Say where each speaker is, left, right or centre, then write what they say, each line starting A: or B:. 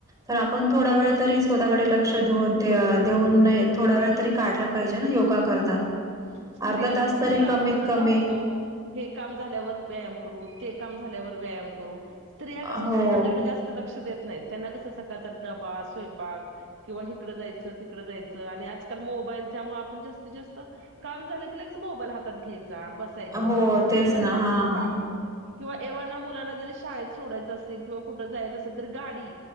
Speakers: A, on the right; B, on the right.
A: तर आपण थोडा वेळ तरी स्वतःकडे लक्ष देऊन देऊन नाही थोडा वेळ तरी. काढलं पाहिजे ना योगा करता.
B: स्त्रियांचच
A: अर्धा तास तरी
B: होत
A: कमीत
B: आपण कसं
A: कमी
B: म्हणतो. हे काम झाल्यावर व्यायाम करू ते काम झाल्यावर व्यायाम करू. स्त्रिया कस
A: हो.
B: स्वतच्याकडे जास्त लक्ष देत नाही त्यांना कसं सका तर बा स्वयंपाक. किंवा इिकडं जायचं तिकडं जायचं आणि आजकाल मोबाईल त्यामुळे आपण जास्तीत जास्त. काम झालं की लगेच मोबाईल हातात घ्यायचा बसायचं
A: हो तेच
B: जास्त
A: ना हां.
B: काढ. किंवा एव्हाना मुलांना जरी शाळेत सोडायचं असेल किंवा कुठं जायचं असेल तर गाडी.